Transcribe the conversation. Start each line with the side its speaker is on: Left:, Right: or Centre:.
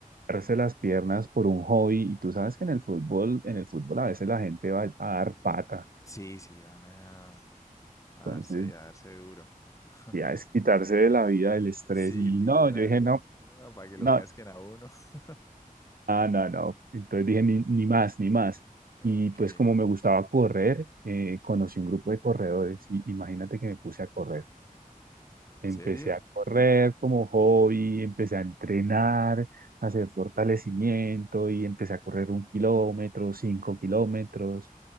Right: darse las piernas por un hobby y tú sabes que en el fútbol, en el fútbol a veces la gente va a dar pata.
Left: Sí, sí, van a... A
Right: Entonces,
Left: darse, a darse duro. <laughs>
Right: ya es quitarse de la vida el estrés
Left: Sí,
Right: y
Left: literalmente.
Right: no, yo dije no,
Left: No, para que lo
Right: no,
Left: casquen a uno. <laughs>
Right: no, no, no. Entonces dije ni, ni más, ni más.
Left: Ok.
Right: Y pues como me gustaba correr, eh, conocí un grupo de corredores y imagínate que me puse a correr.
Left: ¿En
Right: Empecé
Left: serio?
Right: a correr como hobby, empecé a entrenar, a hacer fortalecimiento y empecé a correr un kilómetro, cinco kilómetros,